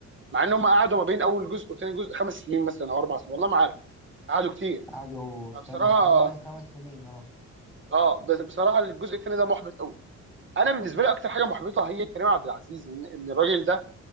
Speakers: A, on the right; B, in the centre.
A: مع انهم قعدوا ما بين اول جزء وثاني جزء خمس سنين مثلا او اربع سنين والله ما عارف قعدوا كتير
B: قعدوا استنى
A: فبصراحه
B: قعدوا بين خمس سنين اه
A: اه بس بصراحه الجزء الثاني ده محبط قوي انا بالنسبه لي اكتر حاجه محبطه هي كريم عبد العزيز ان, إن الراجل ده